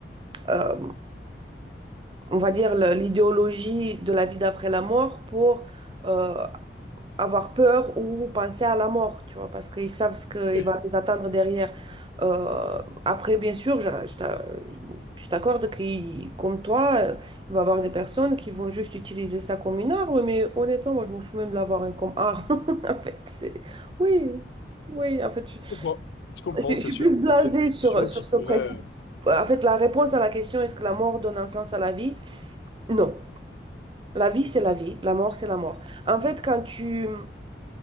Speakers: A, on the right; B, on the left.
A: euh, on va dire, le- l'idéologie de la vie d'après la mort pour... euh, avoir peur ou penser à la mort, tu vois, parce qu'ils savent ce qu'il
B: Oui,
A: va les attendre derrière. Euh, après, bien sûr, je, je t'a- je t'accorde que, comme toi, euh, il va y avoir des personnes qui vont juste utiliser ça comme une arme, mais honnêtement, moi, je m'en fous même de l'avoir hein, comme arme. <laughs> En fait, c'est... Oui, oui, en fait, je,
B: je comprends. Je comprends,
A: je- je
B: c'est
A: suis
B: sûr.
A: plus blasée
B: Et C'est une discussion
A: sur, sur
B: qui
A: ce
B: pourrait...
A: principe.
B: euh,
A: En fait, la réponse à la question, est-ce que la mort donne un sens à la vie? Non. La vie, c'est la vie, la mort, c'est la mort. En fait, quand tu